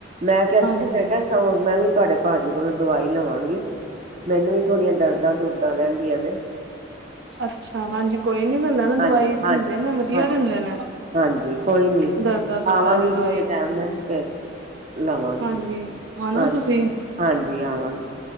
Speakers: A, on the right (about 40°); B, on the right (about 65°).
A: ਮੈਂ ਕਿਹਾ ਸੀ,
B: ਹਾਂਜੀ
A: ਮੈਂ ਕਿਹਾ ਸਗੋ ਮੈਂ ਵੀ ਤੁਹਾਡੇ ਭਾਜੀ ਕੋਲੋਂ ਦਵਾਈ ਲਵਾਂਗੀ, ਮੈਨੂੰ ਵੀ ਥੋੜੀਆਂ ਦਰਦਾਂ-ਦੁਰਦਾਂ ਰਹਿੰਦੀਆਂ ਨੇ,
B: ਅੱਛਾ-ਅੱਛਾ ਹਾਂਜੀ, ਕੋਈ ਨੀ ਮੈ ਲੈ ਨਾ
A: ਹਾਂਜੀ
B: ਦਵਾਈ,
A: ਹਾਂਜੀ
B: ਦਿੰਦੇ ਨੇ ਵਧੀਆ
A: ਹਾਂਜੀ
B: ਦਿੰਦੇ ਨੇ।
A: ਹਾਂਜੀ, ਕੋਈ ਨੀ
B: ਦਰਦਾਂ ਦੁਰਦਾਂ
A: ਆਵਾਂਗੀ
B: ਦੀ
A: ਕਿਸੇ
B: ਦਵਾਈ
A: ਟਾਈਮ ਮੈਂ ਫਿਰ। ਲਵਾਂਗੇ
B: ਹਾਂਜੀ ਆਨਾ
A: ਹਾਂ
B: ਤੁਸੀਂ
A: ਹਾਂਜੀ ਆਵਾਂਗੇ।